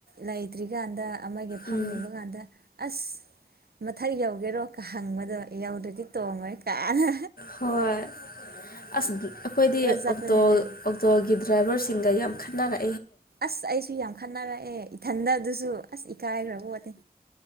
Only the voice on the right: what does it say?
ꯂꯩꯇ꯭ꯔꯤꯀꯥꯟꯗ ꯑꯃꯒꯤ ꯐꯝꯅꯤꯕ
ꯀꯥꯟꯗ ꯑꯁ ꯃꯊꯛ ꯌꯧꯒꯦꯔꯣ ꯍꯪꯕꯗꯣ ꯌꯧꯗ꯭ꯔꯗꯤ ꯇꯣꯡꯉꯣꯏ ꯀꯥꯟꯅ
ꯆꯠꯄꯅꯤꯅꯦ
ꯑꯁ ꯑꯩꯁꯨ ꯌꯥꯝ ꯈꯠꯅꯔꯛꯑꯦ ꯏꯊꯟꯗ ꯑꯗꯨꯁꯨ ꯑꯁ ꯏꯀꯥꯏꯈ꯭ꯔꯕ ꯄꯣꯠꯅꯤ